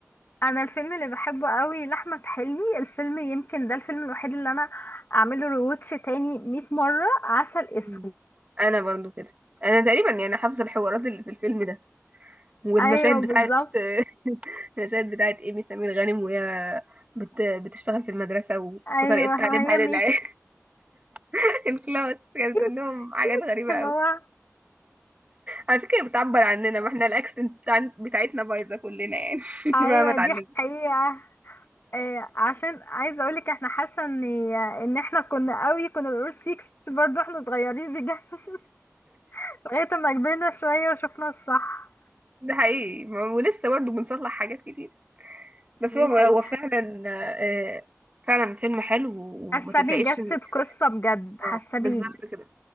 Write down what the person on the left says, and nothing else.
انا الفيلم اللي بحبه قوي لاحمد حلمي الفيلم يمكن ده الفيلم الوحيد اللي انا اعمله ريواتش تاني 100 مره عسل اسود
ايوه بالظبط
ايوه
وهي
ميسي
<laughs>
اللي
هو
ايوه
دي حقيقه إيه عشان عايزه اقولك احنا حاسه ان ان احنا كنا قوي كنا بنقول سيكس برضو احنا صغيرين بجد <laughs> لغايه ما كبرنا شويه وشفنا الصح
دي
حقيقه
حاسه
بيجسد
قصه بجد حاسه
بي